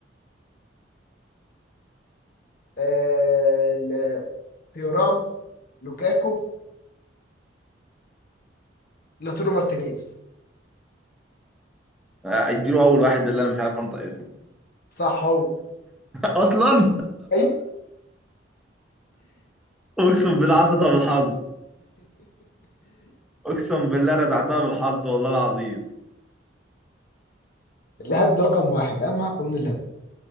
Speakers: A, on the left (about 50°); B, in the centre.
A: آه... ل- تيورام لوكاكو لاتورو مارتينيز
B: آه، اديله اول واحد ده اللي انا مش عارف انطق اسمه
A: صح هو
B: <laughs> اصلا
A: أيوه.
B: اقسم بالله عطيتها بالحظ اقسم بالله رزعتها بالحظ والله العظيم
A: الهبد ده رقم واحد اهم حاجه قانون الهبد